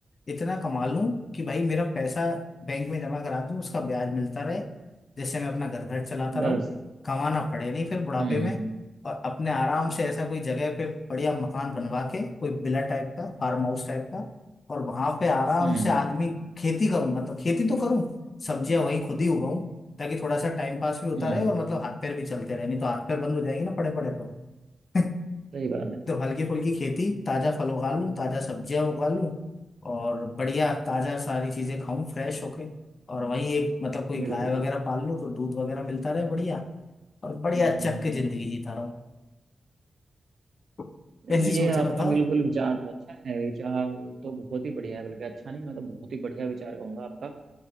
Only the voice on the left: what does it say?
इतना कमा लूं कि भाई मेरा पैसा बैंक में जमा करा दूं उसका ब्याज मिलता रहे जिससे मैं अपना घर घर चलाता
रहूं
कमाना पड़े नहीं फिर बुढ़ापे
में
और अपने आराम से ऐसा कोई जगह पे बढ़िया मकान बनवा के कोई विला टाइप का फार्म हाउस टाइप का और वहां पे आराम
से आदमी खेती करूं मतलब खेती तो करूं सब्जियां वहीं खुद ही उगाऊं ताकि थोड़ा सा टाइम पास भी होता
रहे और मतलब हाथ पैर भी चलते रहे नहीं तो हाथ पैर बंद हो जाएंगे ना पड़े पड़े तो <laughs>
तो हल्की फुल्की खेती ताजा फल उगा लूं ताजा सब्जियां उगा लूं और बढ़िया ताजा सारी चीजें खाऊं फ्रेश होके और वहीं एक मतलब कोई
गाय वगैरह पाल लूं तो दूध वगैरह मिलता रहे बढ़िया और बढ़िया
चक
के जिंदगी जीता रहूं <laughs> कैसी
सोचा
बताओ